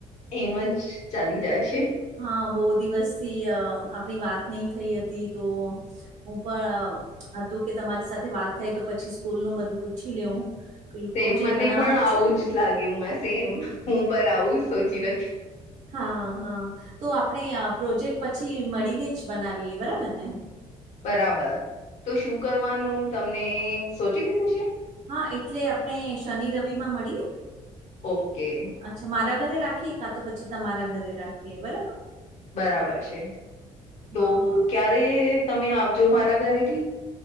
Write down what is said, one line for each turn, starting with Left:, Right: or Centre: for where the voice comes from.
Left: એમજ ચાલી જાય છે.
Right: હા, બો દિવસથી અ આપણી વાત નઈ થઈ હતી તો હું પણ અ હતું કે તમારી સાથે વાત થઈ તો પછી સ્કૂલનું બધું પૂછી લેવું પેલું
Left: સેમ
Right: પ્રોજેક્ટ
Left: મને
Right: બનાવવાનું
Left: પણ આવું
Right: છે ને
Left: જ લાગ્યું સેમ. હું પણ આવું જ સોચી રથી.
Right: હા, હા તો આપણે પ્રોજેક્ટ પછી મળીને જ બનાવીએ બરાબરને.
Left: બરાબર. તો શું કરવાનું તમને સોચી લીધું છે?
Right: હા, એટલે આપણે શનિ રવિમાં મળીએ.
Left: ઓકે.
Right: અચ્છા, મારા ઘરે રાખીએ કાતો પછી તમારા ઘરે રાખીએ બરાબર.
Left: બરાબર છે તો
Right: હા હા
Left: ક્યારે તમે આવજો મારા ઘરેથી.